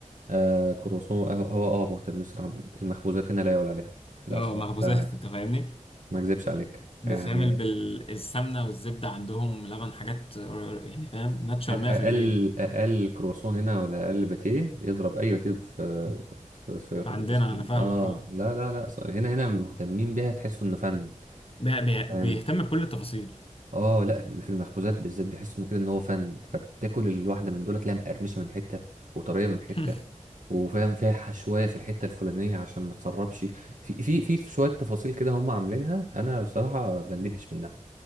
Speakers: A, on the right (about 80°); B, on the left (about 45°).
A: آه كروسون آه، هو اه مهتم بصراحه المخبوزات هنا لا يعلى عليها لا
B: اه
A: صراحه
B: مخبوزات
A: لا
B: انت فاهمني
A: ما اكذبش عليك
B: بتتعمل
A: يعني
B: بالسمنه والزبده عندهم لبن حاجات يعني فاهم ناتشورال
A: أ-
B: 100%
A: اقل اقل كروسون هنا ولا اقل باتيه يضرب اي باتيه في في في, في
B: عندنا
A: اسكندريه
B: انا فاهمك
A: اه
B: اه
A: لا لا لا ص- هنا هنا مهتمين بيها تحسوا انه فن
B: بي- بي-
A: فاهم
B: بيهتم بكل التفاصيل
A: اه لا في المخبوزات بالذات بيحسوا انه كده ان هو فن فتاكل الواحده من دول تلاقيها مقرمشه من حته وطريه من حته
B: <laughs>
A: وفاهم فيها شويه في الحته الفلانيه عشان ما تسربش في في في شويه تفاصيل كده هم عاملينها انا بصراحه بندهش منها